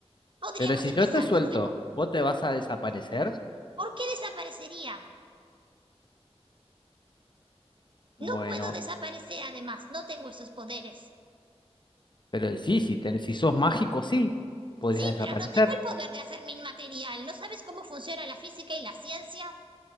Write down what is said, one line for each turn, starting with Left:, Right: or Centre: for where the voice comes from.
Right: podríamos
Left: Pero si
Right: empezar
Left: yo te suelto,
Right: de nuevo.
Left: ¿vos te vas a desaparecer?
Right: ¿Por qué desaparecería?
Left: Bueno,
Right: No puedo desaparecer además, no tengo esos poderes.
Left: Pero sí, si, te- si sos mágico, sí, podrías
Right: Sí,
Left: desaparecer.
Right: pero no tengo el poder de hacerme inmaterial. ¿No sabes cómo funciona la física y la ciencia?